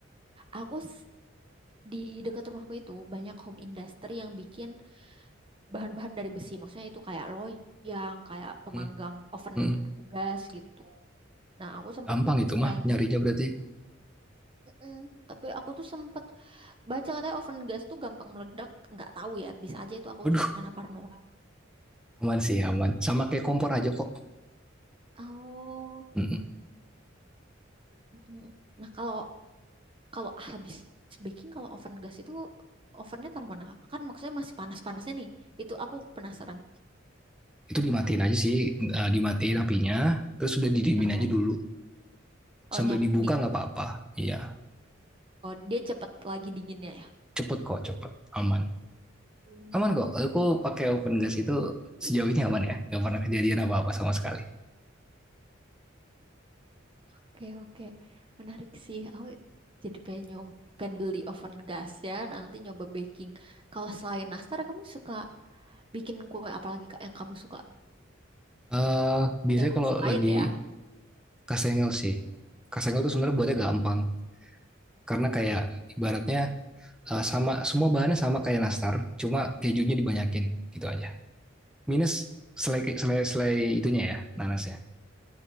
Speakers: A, on the right; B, in the centre.
A: Aku s- di dekat rumahku itu banyak home industry yang bikin bahan-bahan dari besi. Maksudnya itu kayak loyang, kayak pemanggang
B: Hmm.
A: oven
B: Hmm.
A: gas gitu. Nah, aku sempat
B: gampang itu mah
A: pengen,
B: nyarinya berarti.
A: Mm-mm. tapi aku tuh sempat baca katanya oven gas tuh gampang meledak. Nggak tahu ya, bisa aja itu aku
B: Waduh,
A: cuma karena parno.
B: aman sih aman. Sama kayak kompor aja kok.
A: Oh,
B: mm
A: mm-mm. Nah kalau kalau habis baking, kalau oven gas itu ovennya taruh mana? Kan maksudnya masih panas-panasnya nih. Itu aku penasaran.
B: Itu dimatiin aja sih, eh, dimatiin apinya. Terus sudah didiemin
A: Heeh.
B: aja dulu.
A: Oh,
B: Sambil
A: nyam,
B: dibuka
A: di,
B: nggak apa-apa. Iya,
A: oh, dia cepet lagi dinginnya ya?
B: cepet kok, cepet, aman.
A: Oh.
B: Aman kok, aku pakai open gas itu sejauh ini aman ya, nggak pernah kejadian apa-apa sama sekali.
A: Oke, oke. Menarik sih. Aku jadi pengen nyoba pengen beli oven gas ya. Nanti nyoba baking. Kalau selain nastar, kamu suka bikin kue apalagi Kak, yang kamu suka?
B: Eh biasanya
A: Yang kamu
B: kalau
A: sukain
B: lagi
A: ya?
B: kasengel sih, kasengel tuh sebenarnya buatnya gampang, karena kayak ibaratnya eh, sama semua bahannya sama kayak nastar, cuma kejunya dibanyakin gitu aja. Minus selai selai selai itunya ya, nanasnya